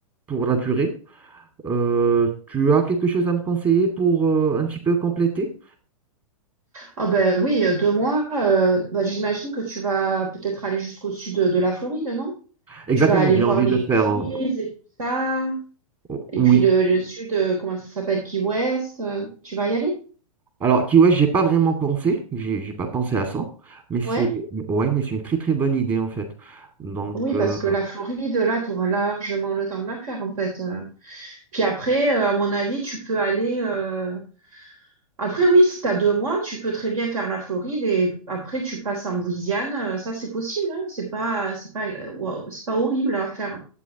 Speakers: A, on the right (about 25°); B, on the right (about 75°).
A: pour la durée. Euh, tu as quelque chose à me conseiller pour euh, un petit peu compléter?
B: Ah ben oui, euh, deux mois. euh, bah, j'imagine que tu vas peut-être aller jusqu'au sud de, de la Floride, non?
A: Exactement,
B: Tu vas aller
A: j'ai
B: voir
A: envie
B: les
A: de faire...
B: Keys et tout ça.
A: euh,
B: Et
A: oui,
B: puis le, le sud, euh, comment ça s'appelle? Key West. euh, tu vas y aller?
A: Alors, Kiwesh, j'ai pas vraiment pensé, j'ai j'ai pas pensé à ça, mais c'est
B: Ouais.
A: ouais, mais c'est une très très bonne idée en fait. Donc,
B: Oui,
A: euh,
B: parce que la Floride, là, tu auras largement le temps de la faire, en fait. euh. Puis après, euh, à mon avis, tu peux aller. euh, Après, oui, si t'as deux mois, tu peux très bien faire la Floride et après tu passes en Louisiane. Euh, Ça, c'est possible, hein. C'est pas, c'est pas, euh, wow, c'est pas horrible à faire.